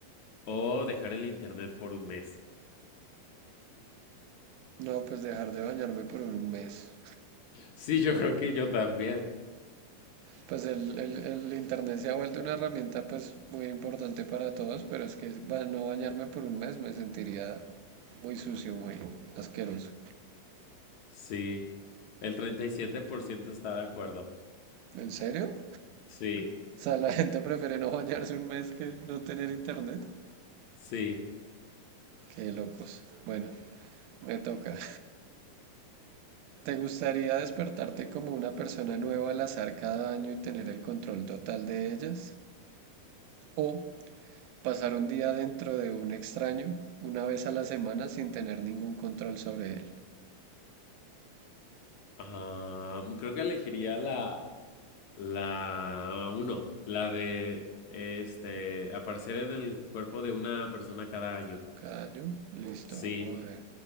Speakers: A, on the left (about 70°); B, on the right (about 85°).
A: o dejar el internet por un mes?
B: No, pues dejar de bañarme por un mes.
A: Sí, yo creo que yo también.
B: Pues el, el- el internet se ha vuelto una herramienta pues muy importante para todos, pero es que ba- no bañarme por un mes me sentiría muy sucio, muy asqueroso.
A: Sí, el 37% está de acuerdo.
B: ¿En serio?
A: Sí,
B: O sea, la gente prefiere no bañarse un mes que no tener internet.
A: sí.
B: Qué locos. Bueno, me toca. ¿Te gustaría despertarte como una persona nueva al azar cada año y tener el control total de ellas? ¿O Pasar un día dentro de un extraño, una vez a la semana, sin tener ningún control sobre él.
A: Ah, creo que elegiría la, la uno, la de este aparecer en el cuerpo de una persona cada año.
B: Cada año, listo,
A: Sí.
B: vamos a ver.